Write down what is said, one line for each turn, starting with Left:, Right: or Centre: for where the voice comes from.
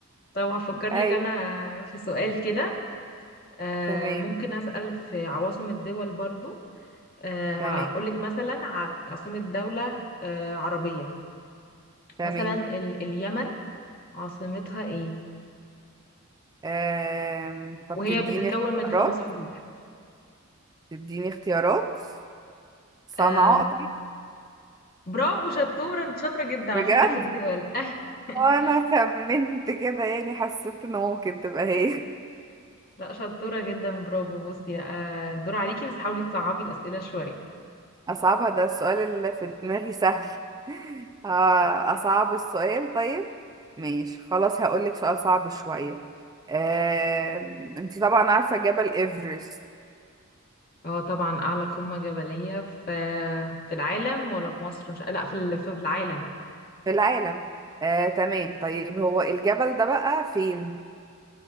Left: طب هفكر
Right: أيوة
Left: لك أنا في سؤال كده آه،
Right: تمام
Left: ممكن أسأل في عواصم الدول برضو آه،
Right: تمام
Left: هقولك مثلا ع- عاصمة دولة آه، عربية
Right: تمام
Left: مثلا ال- اليمن عاصمتها إيه
Right: آم، طب
Left: وهي
Right: تديني
Left: بتتكون
Right: اختيارات
Left: من خمس حروف
Right: تديني اختيارات صنعاء
Left: آه، برافو شطورة انت شاطرة جدا على
Right: بجد
Left: فكرة في الدول ايوه <laughs>
Right: وانا خمنت كده يعني حسيت ان ممكن تبقى هي
Left: لا شطورة جدا برافو بصي آه، الدور عليكي بس حاولي تصعبي الأسئلة شوية
Right: اصعبها ده السؤال اللي في دماغي سهل <laughs> آه، اصعب السؤال طيب ماشي خلاص هقولك سؤال صعب شوية آه، انتي طبعا عارفة جبل ايفرست
Left: اه طبعا أعلى قمة جبلية في في العالم ولا في مصر مش لا في ال- في العالم
Right: في العالم آه، تمام طيب هو الجبل ده بقى فين